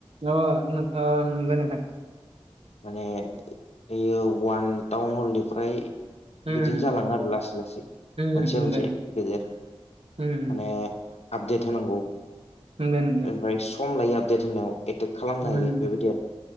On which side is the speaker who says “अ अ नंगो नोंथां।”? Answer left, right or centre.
Right